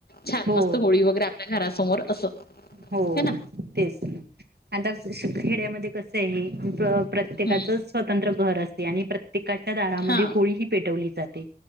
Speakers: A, on the left; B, on the right.
A: छान
B: हो
A: मस्त होळी वगैरे आपल्या घर समोर असं
B: हो
A: हे ना
B: तेच आता खेड्यामध्ये कस आहे प्रत्येकाचं
A: हम्म
B: स्वतंत्र घर असते आणि प्र्य प्र्येकाच्या दारामध्ये
A: हा
B: होळी ह पेटवली जाते